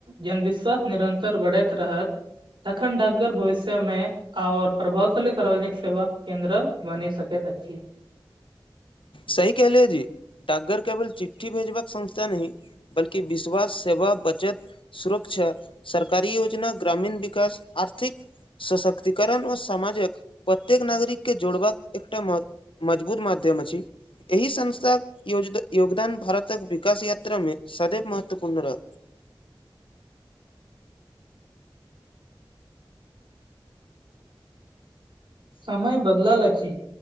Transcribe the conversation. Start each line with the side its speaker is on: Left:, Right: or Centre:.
Right: जनविसह निरन्तर बढ़ति रहत तखन डकघर भविष्य मे आओर प्रभावशाली सार्वजनिक सेवा केन्द्र बनी सकति अछि
Left: सही केहलिये जी डाकघर केवल चिठ्ठी भेजबाक संस्था नहि बल्कि विश्वास सेवा बचत सुरक्षा सरकारी योजना ग्रामीण विकास आर्थिक सशक्तिकरण ओ समामाजक प्रत्येक नागरिक के जोड़बाक एकटा महत् मजबूत माध्यम अछि एहि संस्थाक योज योगदान भारतक विकास यात्रा मे सदवि महत्वपूर्ण रहय
Right: समय बदलल अछि